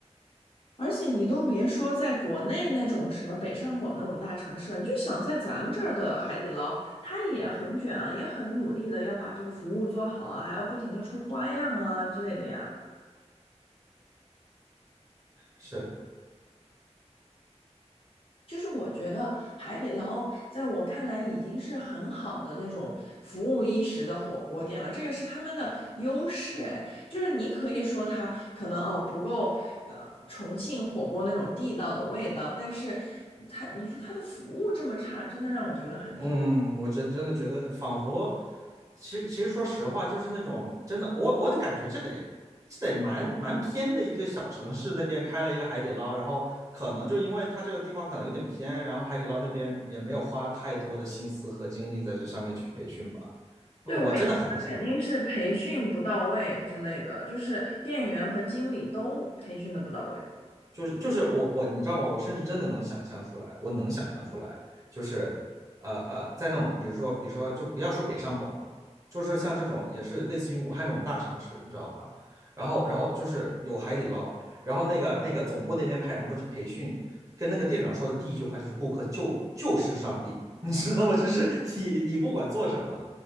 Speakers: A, on the left; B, on the right.
A: 而且你都别说在国内那种什么北上广那种大城市了，你就想在咱们这儿的海底捞，它也很卷啊，也很努力的要把这个服务做好啊，还要不停的出花样啊之类的呀。
B: 是，
A: 就是我觉得海底捞在我看来已经是很好的那种服务意识的火锅店了，这个是他们的优势。哎，就是你可以说它可能哦不够，呃，重庆火锅那种地道的味道，但是它你说它的服务这么差，真的让我觉得很。
B: 嗯，
A: <laughs>
B: 我真真的觉得仿佛，其实其实说实话，就是那种真的，我我的感觉这得。这得蛮蛮偏的一个小城市，那边开了一个海底捞，然后可能就因为它这个地方可能有点偏，然后海底捞那边也没有花太多的心思和精力在这上面去培训吧。不，
A: 对，我也觉得肯定是培训不到位之类的，
B: 我真的很难想象。
A: 就是店员和经理都培训的不到位。
B: 就是就是我我你知道吗？我甚至真的能想象出来，我能想象出来，就是呃呃，在那种比如说比如说就不要说北上广了，就是像这种也是类似于武汉这种大城市，你知道吧？然后然后就是有海底捞，然后那个那个总部那边派人过去培训，跟那个店长说的第一句话就是顾客就就是上帝，<laughs> 你知道吗？就是你你不管做什么。